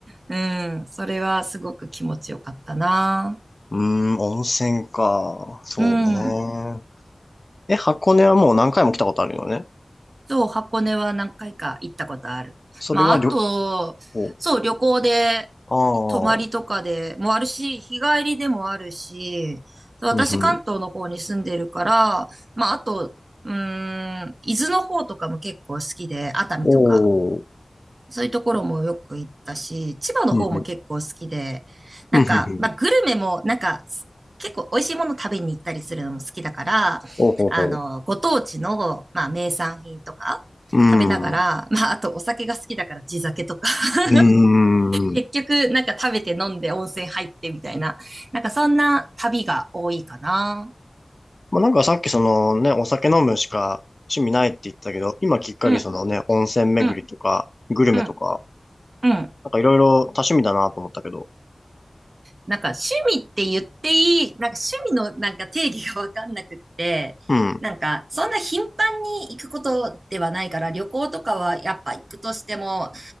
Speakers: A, on the right (about 70°); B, on the left (about 45°).
A: うん、それはすごく気持ちよかったな。
B: うん、温泉か。そうね。
A: うん。
B: え、箱根はもう何回も来たことあるよね。
A: そう、箱根は何回か行ったことある。
B: それは旅
A: まあ、あと、
B: 行。
A: そう、旅行で、
B: ああ。
A: 泊まりとかでもあるし、日帰りでもあるし、私関東の方に住んでるから、
B: うんうん。
A: まあ、あと、うーん、伊豆の方とかも結構好きで、熱海とか。
B: おー、
A: そういうところもよく行ったし、千葉の方も結構好きで、
B: うんうん。
A: なんか、
B: うんうんうん
A: まあ、グルメも、なんか、結構美味しいもの食べに行ったりするのも好きだから、
B: おうほうほ
A: あの、ご当地の、まあ、名産品とか食べながら、
B: う。うん。う
A: まあ、あとお酒が好きだから地酒とか、<laughs>
B: ーん。
A: 結局、なんか食べて飲んで温泉入ってみたいな、なんかそんな旅が多いかな。
B: まあ、なんかさっきそのね、お酒飲むしか趣味ないって言ったけど、今きっかけそのね、
A: うん、
B: 温泉巡りとか、
A: うん、
B: グルメとか、
A: うん、うん。
B: なんかいろいろ多趣味だなと思ったけど。
A: なんか趣味って言っていい、なんか趣味のなんか定義がわかんなくって、
B: うん。
A: なんかそんな頻繁に行くことではないから、旅行とかはやっぱ行くとしても、